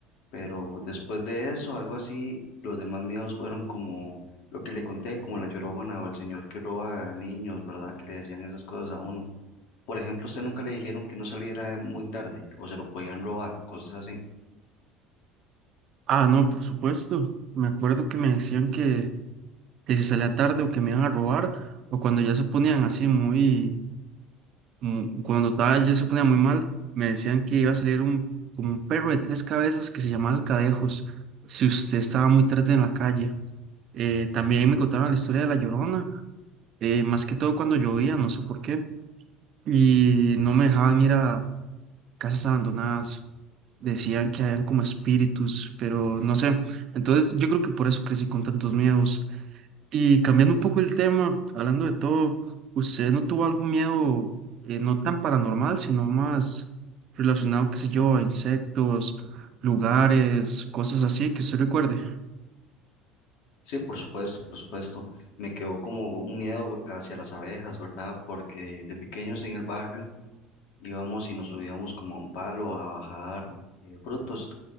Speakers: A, on the left (about 70°); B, on the right (about 45°).
A: Pero después de eso, algo así, los demás miedos fueron como lo que le conté, como la llorona o el señor que roba a niños, ¿verdad? Que le decían esas cosas a uno. Por ejemplo, a usted nunca le dijeron que no saliera muy tarde o se lo podían robar, cosas así.
B: Ah, no, por supuesto. Me acuerdo que me decían que que si salía tarde o que me iban a robar, o cuando ya se ponían así muy, mu- cuando estaba, ya se ponía muy mal, me decían que iba a salir un, como un perro de tres cabezas que se llamaba Alcadejos, si usted estaba muy tarde en la calle. Eh, también me contaron la historia de La Llorona, eh, más que todo cuando llovía, no sé por qué, y no me dejaban ir a casas abandonadas. Decían que habían como espíritus, pero no sé. Entonces yo creo que por eso crecí con tantos miedos. Y cambiando un poco el tema, hablando de todo, ¿usted no tuvo algún miedo eh, no tan paranormal, sino más relacionado, qué sé yo, a insectos, lugares, cosas así que usted recuerde?
A: Sí, por supuesto, por supuesto. Me quedó como un miedo hacia las abejas, ¿verdad? Porque de pequeños en el barrio íbamos y nos subíamos como a un palo a bajar eh, frutos.